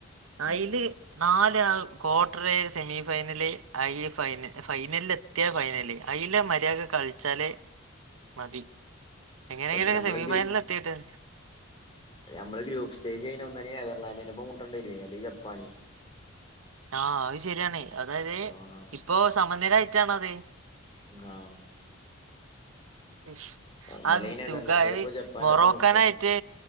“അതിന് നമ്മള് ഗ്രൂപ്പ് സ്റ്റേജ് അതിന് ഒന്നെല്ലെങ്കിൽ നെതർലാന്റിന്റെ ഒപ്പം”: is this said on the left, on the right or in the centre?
Left